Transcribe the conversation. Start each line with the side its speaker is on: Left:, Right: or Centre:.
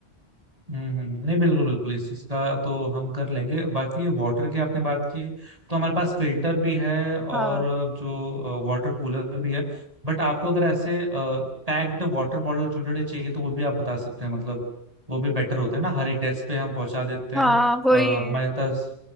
Right: हम्म हम्म, हम्म। नहीं बिल्कुल बिल्कुल इस चीज का तो हम कर लेंगे बाकी वाटर की आपने बात की तो हमारे पास फिल्टर भी है और
Centre: हाँ
Right: जो वाटर कूलर भी है बट आपको अगर ऐसे पैक्ड वाटर बॉटल छोटे छोटे चाहिए तो वो भी आप बता सकते हैं मतलब वो भी बेटर होते हैं ना हर एक डेस्क पे हम पहुंचा देते
Centre: हाँ
Right: हैं
Centre: वही
Right: अ, हमारे पास